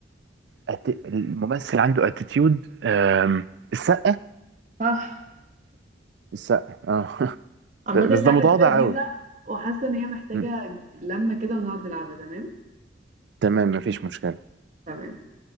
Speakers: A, on the right (about 65°); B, on the right (about 40°).
A: أت... الممثل عنده اتيتيود السقة
B: صح
A: السقة اه
B: عامة
A: <laughs>
B: اللعبة
A: بس ده متواضع
B: دي لذيذة
A: قوي
B: وحاسة ان هي محتاجة
A: مم.
B: لمة كده ونقعد نلعبها تمام
A: تمام مفيش مشكلة
B: تمام